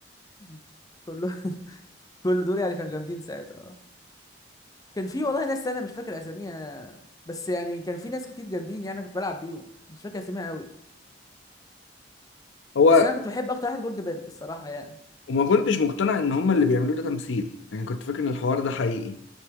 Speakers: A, on the left; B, on the left.
A: مم. كله <laughs> كل دول يعني كانوا جامدين ساعتها اه كان في والله ناس انا مش فاكر اساميها بس يعني كان في ناس كتير جامدين يعني أنا كنت بلعب بيهم مش فاكر اساميها قوي
B: هو
A: بس انا كنت بحب اكتر واحد جولدبرج الصراحه يعني
B: وما كنتش مقتنع ان هم اللي بيعملوه ده تمثيل يعني كنت فاكر ان الحوار ده حقيقي